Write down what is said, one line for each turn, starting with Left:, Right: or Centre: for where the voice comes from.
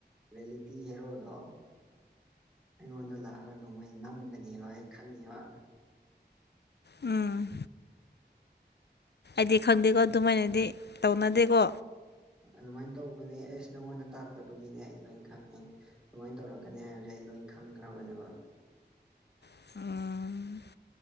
Centre: ꯔꯦꯂꯤꯇꯤ ꯍꯦꯔꯣꯗꯣ ꯑꯩꯉꯣꯟꯗ ꯂꯥꯛꯑꯒ ꯅꯣꯡꯃꯩ ꯅꯝꯒꯅꯦꯕ ꯑꯩ ꯈꯪꯉꯤꯕ
Left: ꯎꯝ ꯑꯩꯗꯤ ꯈꯪꯗꯦꯀꯣ ꯑꯗꯨꯃꯥꯏꯅꯗꯤ ꯇꯧꯅꯗꯦꯀꯣ꯫
Centre: ꯑꯗꯨꯃꯥꯏꯅ ꯇꯧꯕꯅꯦ ꯑꯩꯁ ꯅꯪꯉꯣꯟꯗ ꯇꯥꯛꯇꯕꯒꯤꯅꯦ ꯑꯩ ꯂꯣꯏ ꯈꯪꯉꯦ꯫ ꯑꯗꯨꯃꯥꯏꯅ ꯇꯧꯔꯛꯀꯅꯤ ꯍꯥꯏꯕꯁꯦ ꯑꯩ ꯂꯣꯏ ꯈꯪꯈ꯭ꯔꯕꯅꯦꯕ꯫
Left: ꯑꯥ